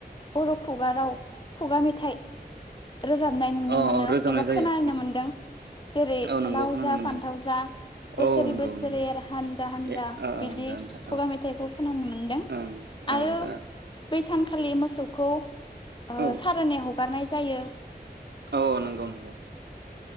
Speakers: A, on the left; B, on the right.
A: बर' खुगा राव खुगा मेथाइ रोजाबनाय नुनो
B: अ
A: मोनो
B: अ रोजाबनाय
A: एबा
B: जायो
A: खोनानो मोन्दों जेरै
B: औ नंगौ
A: लाव
B: खोनानो
A: जा
B: मोनदों
A: फान्थाव जा बोसोरै
B: औ नंगौ
A: बोसोरै
B: नंगौ
A: हानजा हानजा
B: ए ओ ओ
A: बिदि
B: जानो
A: खुगा मेथाइखौ खोनानो मोनदों
B: ओं
A: आरो
B: ओ जा
A: बै सान खालि मोसौखौ ओ
B: औ
A: सारोनै हगारनाय जायो।
B: औ औ नंगौ नंगौ